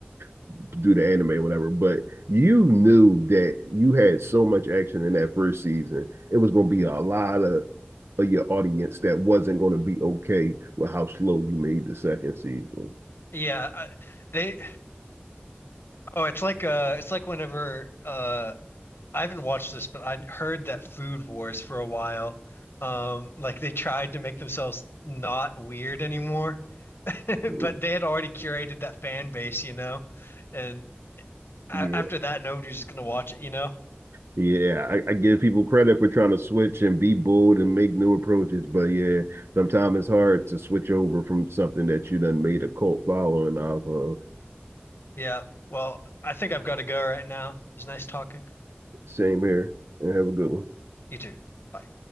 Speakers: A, on the right (about 80°); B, on the left (about 70°).
A: <laughs> do the anime or whatever, but you knew that you had so much action in that first season, it was going to be a lot of, of your audience that wasn't going to be okay with how slow you made the second season.
B: yeah they oh it's like uh it's like whenever uh I haven't watched this, but I heard that Food Wars for a while. Um, like they tried to make themselves not weird anymore, <laughs> but
A: Mhm.
B: they had already curated that fan base, you know. And a
A: Yeah,
B: after that, nobody's just gonna watch it, you know.
A: Yeah, I, I give people credit for trying to switch and be bold and make new approaches, but yeah, sometimes it's hard to switch over from something that you done made a cult following off of.
B: Yeah. Well, I think I've got to go right now. It was nice talking.
A: Same here. And have a good one.
B: You too. Bye.